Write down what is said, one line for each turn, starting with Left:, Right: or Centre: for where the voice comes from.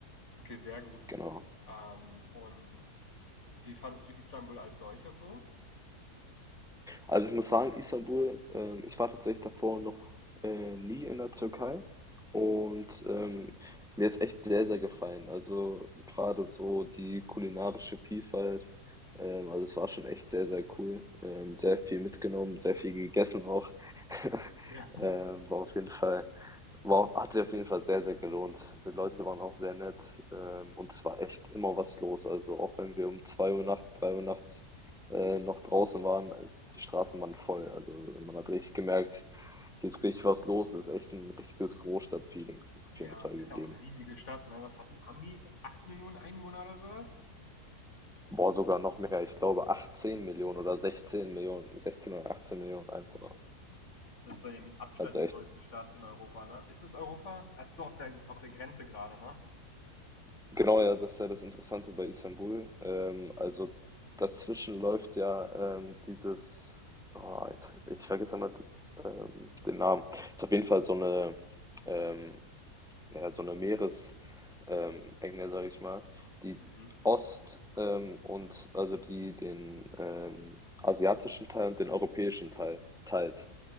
Left: Okay, sehr gut.
Centre: Genau.
Left: Ähm, und wie fandest du Istanbul als solches so?
Centre: Also ich muss sagen, Istanbul, ähm, ich war tatsächlich davor noch äh, nie in der Türkei und ähm, mir hat's echt sehr, sehr gefallen. Also gerade so die kulinarische Vielfalt, ähm, also es war schon echt sehr, sehr cool. Ähm, sehr viel mitgenommen, sehr viel gegessen auch. <laughs>
Left: Ja.
Centre: Ähm, war auf jeden Fall. Wow, hat sich auf jeden Fall sehr, sehr gelohnt. Die Leute waren auch sehr nett, ähm, und es war echt immer was los. Also auch wenn wir um zwei Uhr nachts, drei Uhr nachts, äh, noch draußen waren, es die Straßen waren voll. Also man hat richtig gemerkt, hier ist richtig was los. Es ist echt ein richtiges Großstadtfeeling auf
Left: Ja,
Centre: jeden Fall
Left: ist
Centre: gegeben.
Left: auch eine riesige Stadt, ne? Was haben die? Haben die 8 Millionen Einwohner oder sowas?
Centre: Boah, sogar noch mehr. Ich glaube 18 Millionen oder 16 Millionen, 16 oder 18 Millionen Einwohner.
Left: Oh, das ist dann ja mit Abstand
Centre: Also
Left: die
Centre: echt
Left: größte Stadt in Europa, ne? Ist es Europa? Also so auf der auf der Grenze gerade, ne?
Centre: Genau, ja, das ist ja das Interessante bei Istanbul. Ähm, also dazwischen läuft ja ähm, dieses, oh, jetzt, ich vergesse immer ähm, den Namen. Ist auf jeden Fall so eine, ähm, ja, so eine Meeresenge, ähm, Enge, sag ich mal, die
Left: Mhm.
Centre: Ost ähm, und also die den ähm, asiatischen Teil und den europäischen Teil teilt.